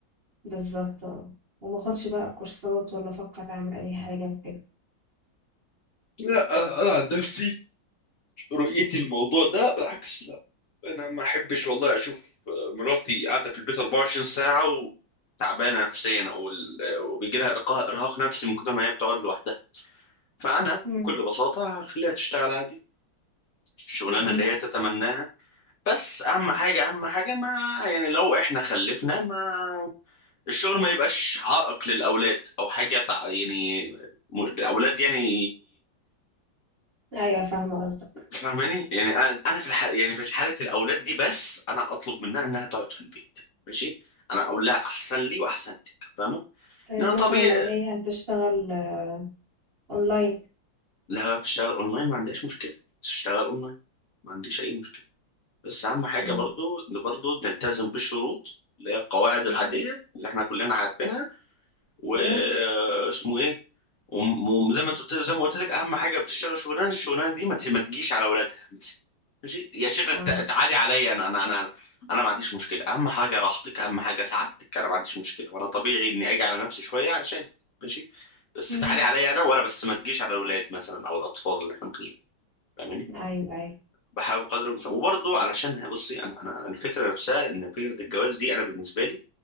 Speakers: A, on the right; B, on the left.
A: بالظبط اه وما اخدش بقى كورسات ولا افكر اعمل اي حاجه كده
B: لا انا عن نفسي رؤيتي الموضوع ده بالعكس انا ما احبش والله اشوف مراتي قاعده في البيت 24 ساعه وتعبانه نفسيا او ال- أو بيجي لها ارقاء ارهاق نفسي من كتر ما هي بتقعد لوحدها فانا
A: امم
B: بكل بساطه هخليها تشتغل عادي الشغلانه
A: امم
B: اللي هي تتمناها بس اهم حاجه اهم حاجه ما يعني لو احنا خلفنا ما الشغل ما يبقاش عائق للاولاد او حاجه تع... يعني م- الاولاد يعني
A: ايوه فاهمه قصدك
B: فاهماني يعني انا أنا في الح... يعني في حاله الاولاد دي بس انا اطلب منها انها تقعد في البيت ماشي انا اقول لها احسن لي واحسن لك فاهمه
A: طيب
B: لان طبيعي
A: مثلا لو هي هتشتغل آه، اونلاين
B: لو هي بتشتغل اونلاين ما عندهاش مشكله تشتغل اونلاين ما عنديش اي مشكله بس اهم حاجه
A: امم
B: برضو ان برضو نلتزم بالشروط اللي هي القواعد العاديه
A: أمم.
B: اللي احنا كلنا عارفينها واسمه
A: ايوه
B: ايه وم- وزي ما انت قلت زي ما قلت لك اهم حاجه بتشتغل شغلانه الشغلانه دي ما ت- ما تجيش على اولادها ماشي يا شيخ
A: اه
B: ت- تعالي عليا انا انا انا انا ما عنديش مشكله اهم حاجه راحتك اهم حاجه سعادتك انا ما عنديش مشكله وانا طبيعي اني اجي على نفسي شويه علشان ماشي بس
A: امم
B: تعالي عليا انا ولا بس ما تجيش على الاولاد مثلا او الاطفال اللي احنا مخليهم فاهماني
A: ايوه ايوه
B: بحاول بقدر الامكان وبرضه علشان بصي انا انا أنا الفكره نفسها ان فكره الجواز دي انا بالنسبه لي